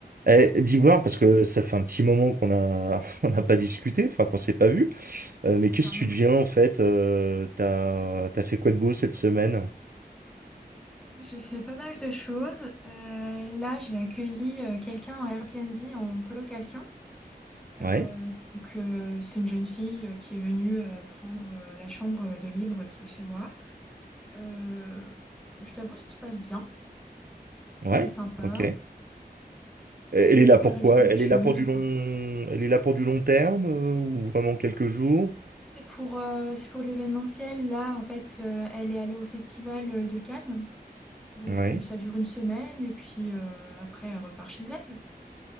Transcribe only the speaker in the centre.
Ça
fait un
moment.
J'ai fait pas mal de choses. Euh, là, j'ai accueilli euh, quelqu'un en Airbnb en colocation. Euh,
donc, euh, c'est une jeune fille euh, qui est venue euh, prendre euh, la chambre de libre qui est chez moi. Euh, je t'avoue, ça se passe bien.
Elle est sympa.
Elle est
hyper
respectueuse.
Enfin,
c'est pour, euh, c'est pour de l'événementiel. Là, en fait, euh, elle est allée au festival euh, de Cannes. Donc,
euh, ça dure une semaine et puis euh, après, elle repart chez elle.